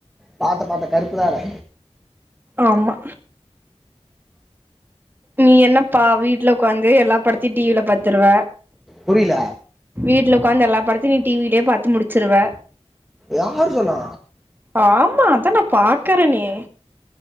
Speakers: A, in the centre; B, on the right (about 20°).
A: பாத்த பாத்த கருப்புதானா
B: ஆமா நீ என்னப்பா வீட்ல உட்காந்து எல்லா படத்தையும் டிவில பாத்துருவ
A: புரியல
B: வீட்ல உட்காந்து எல்லா படத்தையும் நீ டிவிலேயே பாத்து முடிச்சுருவ
A: யார் சொன்னா
B: ஆமா அதான் நான் பாக்கறனே